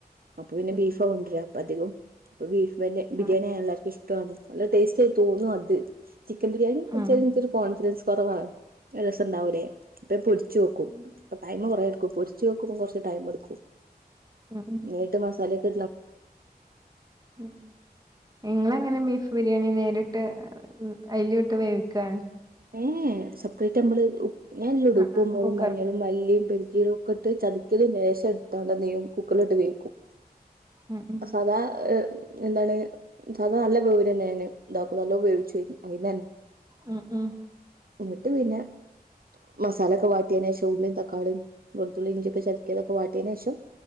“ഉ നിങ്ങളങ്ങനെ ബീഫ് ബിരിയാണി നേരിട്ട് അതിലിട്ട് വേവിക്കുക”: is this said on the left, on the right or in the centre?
Right